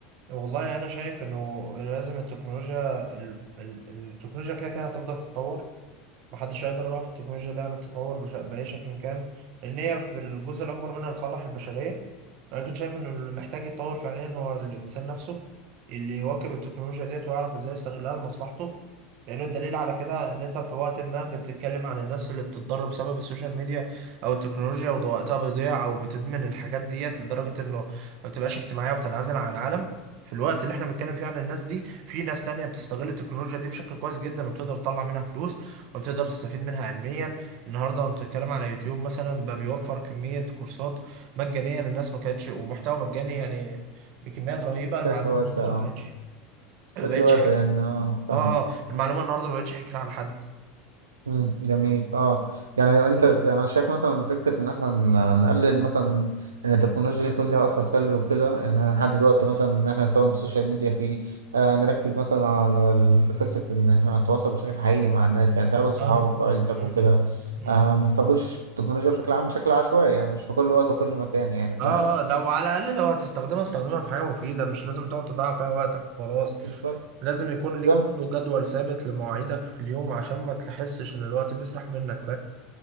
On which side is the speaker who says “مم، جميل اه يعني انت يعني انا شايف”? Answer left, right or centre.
Right